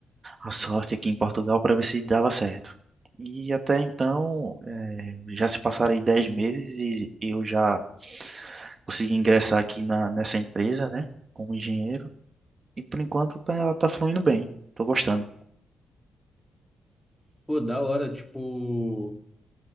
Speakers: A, on the right; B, in the centre.
A: a sorte aqui em Portugal para ver se dava certo. E até então, eh, já se passaram aí 10 meses e eu já consegui ingressar aqui na, nessa empresa, né, como engenheiro. E por enquanto tá, tá fluindo bem, tô gostando.
B: Pô, da hora, tipo,